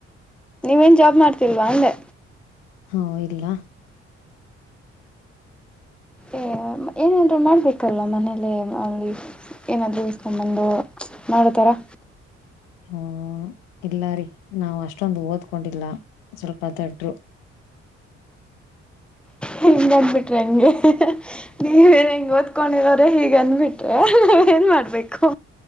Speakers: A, in the centre; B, on the left (about 70°).
A: ನೀವೇನ್ ಜಾಬ್ ಮಾಡ್ತಿಲ್ವಾ ಅಂದೆ.
B: ಹಾ ಇಲ್ಲ.
A: ಏ ಏನಾದರೂ ಮಾಡಬೇಕಲ್ಲ ಮನೇಲ್ಲೇ ಅಲ್ಲಿ ಏನಾದರೂ ಇಸ್ಕೊಂಬಂದು ಮಾಡೋತರ.
B: ಹ್ಮ ಇಲ್ಲ ರೀ ನಾವು ಅಷ್ಟೊಂದು ಓದ್ಕೊಂಡಿಲ್ಲ ಸ್ವಲ್ಪ ದಡ್ರು.
A: ಹಿಂಗ ಅಂದಬಿಟ್ರೆ ಹೆಂಗೆ <unintelligible> ಹೆಂಗ್ ಓದ್ಕೊಂಡಿರೋರೇ ಹೀಗೆ ಅಂದಬಿಟ್ರೆ ನೀ ಏನ್ ಮಾಡ್ಬೇಕು.